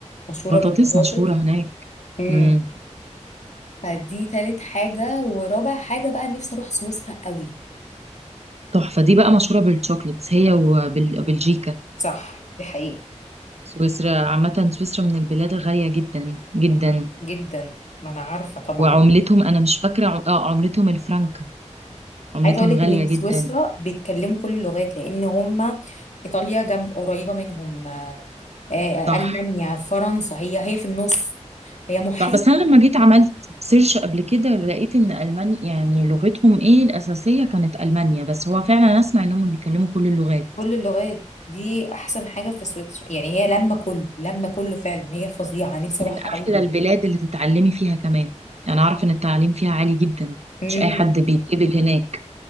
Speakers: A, on the left; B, on the right.
A: مشهورة
B: بطاطس
A: بالبطاطس
B: مشهورة هناك
A: امم
B: امم
A: فدي تالت حاجة ورابع حاجة بقى نفسي أروح سويسرا قوي
B: تحفة دي بقى مشهورة بالشوكليتس هي وبلجيكا
A: صح دي حقيقة
B: سويسرا عامة سويسرا من البلاد الغالية جدا جدا
A: جدا ما أنا عارفة طبعا
B: وعملتهم انا مش فاكرة ع- اه عملتهم الفرنك عملتهم
A: عايزة أقولك
B: غالية
A: إن في
B: جدا
A: سويسرا بيتكلموا كل اللغات لأن هما إيطاليا جنب قريبة منهم آه، آه،
B: صح
A: ألمانيا فرنسا هي هي في النص هي محيط
B: صح بس انا لما جيت عملت سيرش قبل كده لقيت ان المانيا يعني لغتهم ايه الاساسية كانت المانيا بس هو فعلا أنا اسمع انهم بيتكلموا كل اللغات
A: كل اللغات دي احسن حاجه في سويسرا يعني هي لما كله لما كله فعلا هي الفظيعه نفسي
B: من
A: اروحها قوي
B: أحلى
A: برضه
B: البلاد اللي تتعلمي فيها كمان يعني أعرف إن التعليم فيها عالي جدا
A: امم
B: مش أي حد بيتقبل هناك